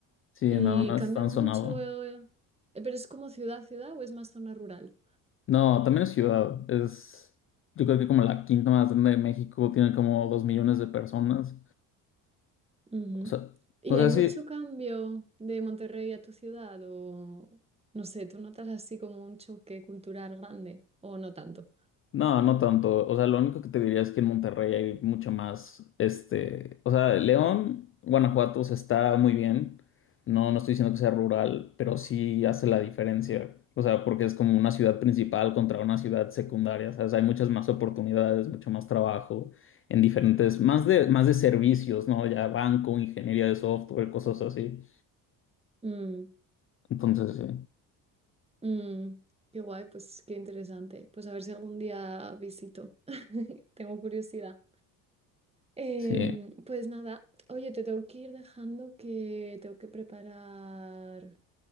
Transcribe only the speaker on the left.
Sí,
no, no
es tan
sonado.
No, también es ciudad, es, yo creo que como la quinta más grande de México, tiene como dos millones de personas.
O sea,
o sea,
sí,
No, no tanto. O sea, lo único que te diría es que en Monterrey hay mucho más, este, o sea, León, Guanajuato, o sea, está muy bien. No, no estoy diciendo que sea rural, pero sí hace la diferencia. O sea, porque es como una ciudad principal contra una ciudad secundaria. ¿Sabes? Hay muchas más oportunidades, mucho más trabajo en diferentes, más de, más de servicios, ¿no? Ya banco, ingeniería de software, cosas así.
Entonces, sí.
Sí.